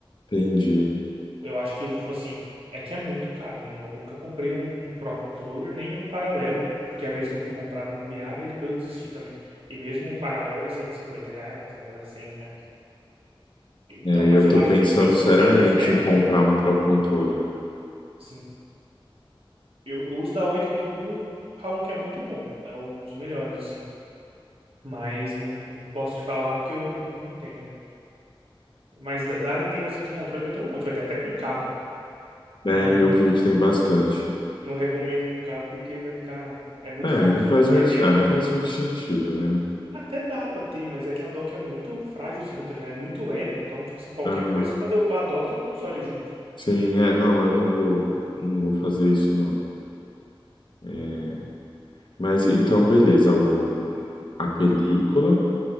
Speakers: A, on the left (about 60°); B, on the right (about 80°).
A: entendi.
B: Eu acho que eu, tipo assim, é que é muito caro, né? Eu nunca comprei um, um Pro Controller, nem um Paralelo, porque a vez que eu fui comprar não me enviaram e depois eu desisti também. E mesmo um Paralelo é 150 reais, você vai pagar 100 reais. Então,
A: É,
B: mas
A: e eu
B: eu
A: tô
B: acho
A: pensando
B: que assim, se
A: seriamente
B: você quiser,
A: em comprar
B: compra um.
A: um Pro Controller.
B: Sim. Eu, eu uso da oito bit do falam que é muito bom. É um dos melhores, assim. Mas não, não posso te falar porque eu não não tenho, né? Mas da, da Nintendo, assim, de controle vai ter um monte. Vai ter até com cabo.
A: É,
B: Não recomendo.
A: eu vi que tem bastante.
B: Não recomendo com cabo porque vai ficar... É muito
A: É,
B: fraquinho.
A: e não faz
B: Você
A: muito,
B: vai ver a
A: é,
B: dock.
A: não faz muito sentido, né?
B: Até dá pra ter, mas é que a dock é muito frágilzinho, tá ligado? É muito leve. Então, tipo assim, qualquer
A: Aham.
B: coisa, você pode derrubar a dock e o console junto.
A: Sim, é, não, eu não vou, não vou fazer isso, não. É, mas então, beleza, o, a película,